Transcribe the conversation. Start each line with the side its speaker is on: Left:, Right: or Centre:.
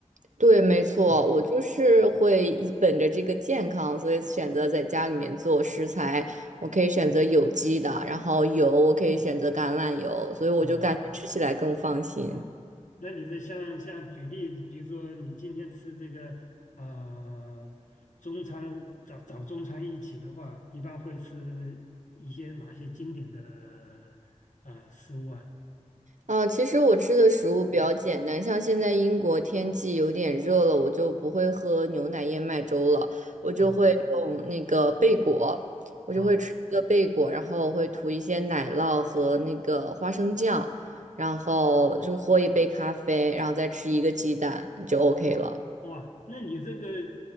Right: 对，没错，
Left: 嗯
Right: 我就是会以本着这个健康，所以选择在家里面做食材。我可以选择有机的，然后油我可以选择橄榄油，所以我就感觉吃起来更放心。
Left: 啊啊，那你这像像举例子，比如说你今天吃这个呃中餐早早中餐一起的话，一般会吃一些哪些经典的呃食物啊？
Right: 嗯其实我吃的食物比较简单，像现在英国天气有点热了，我就不会喝牛奶燕麦粥了，我就会用那个贝果，
Left: 啊
Right: 我就会吃一个贝果，
Left: 啊
Right: 然后会涂一些奶酪和那个花生酱，然后就喝一杯咖啡，然后再吃一个鸡蛋就 OK
Left: 哇哇，
Right: 了。
Left: 那你这个